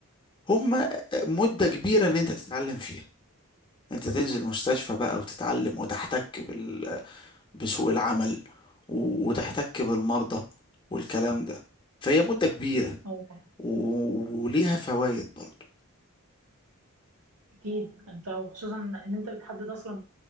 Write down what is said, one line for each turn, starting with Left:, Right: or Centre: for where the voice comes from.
Left: هم مدة كبيرة ان انت تتعلم فيها انت تنزل مستشفى بقى وتتعلم وتحتك بال... بسوق العمل و... وتحتك بالمرضى والكلام ده فهي مدة كبيرة
Right: اه
Left: و- وليها فوائد برضو
Right: اكيد انت وخصوصا ان انت بتحدد اصلا